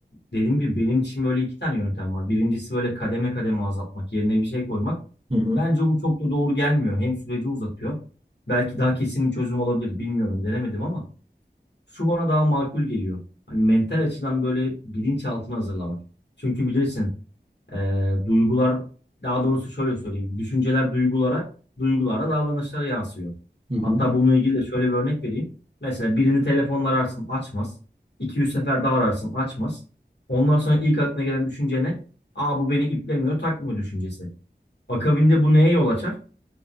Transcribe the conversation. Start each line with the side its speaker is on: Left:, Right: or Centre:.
Left: dediğim gibi benim için böyle iki tane yöntem var. Birincisi böyle kademe kademe azaltmak, yerine bir şey koymak.
Right: Hı hı.
Left: Bence bu çok da doğru gelmiyor. Hem süreci uzatıyor. Belki daha kesin bir çözüm olabilir. Bilmiyorum, denemedim ama. şu bana daha makul geliyor. Hani mental açıdan böyle bilinçaltını hazırlamak. Çünkü bilirsin eee, duygular daha doğrusu şöyle söyleyeyim. Düşünceler duygulara, duygulara davranışlara yansıyor.
Right: Hı hı.
Left: Hatta bununla ilgili de şöyle bir örnek vereyim. Mesela birini telefonla ararsın açmaz. 200 sefer daha ararsın açmaz. Ondan sonra ilk aklına gelen düşünce ne? Aa bu beni iplemiyor, takmıyor düşüncesi. Akabinde bu neye yol açar?